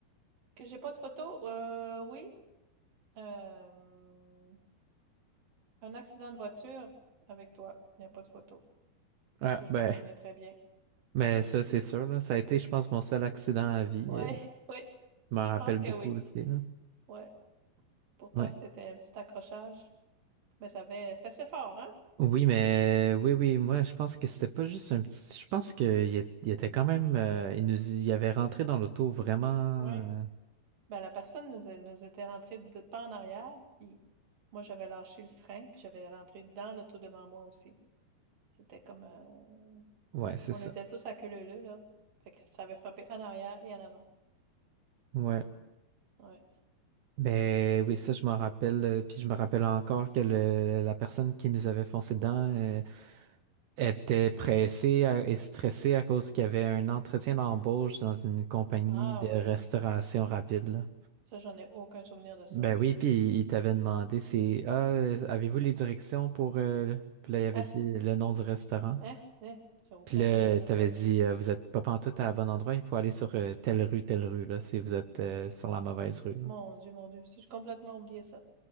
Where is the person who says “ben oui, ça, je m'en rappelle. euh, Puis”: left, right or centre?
Right